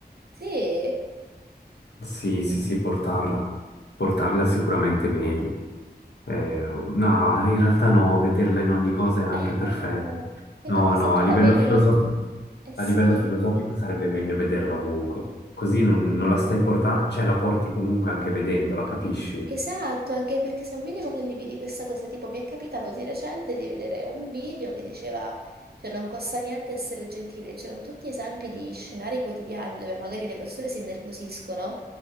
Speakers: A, on the right; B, on the left.
A: Sì?
B: Sì, sì, sì, portarla. Portarla è sicuramente meglio. Eh, no, in realtà no, vederla in ogni cosa è anche
A: Eh, anche
B: perfetto. No,
A: perché
B: no,
A: se tu
B: a livello
A: la vedi,
B: filosofico,
A: non- eh sì,
B: a livello filosofico sarebbe meglio vederla ovunque. Così non, non la stai portando, cioè la porti comunque anche vedendola, capisci?
A: Esatto, anche perché se un minimo condividi questa cosa, tipo mi è capitato di recente di vedere un video che diceva, cioè non costa niente essere gentile, c'erano tutti esempi di scenari quotidiani dove magari le persone si innervosiscono,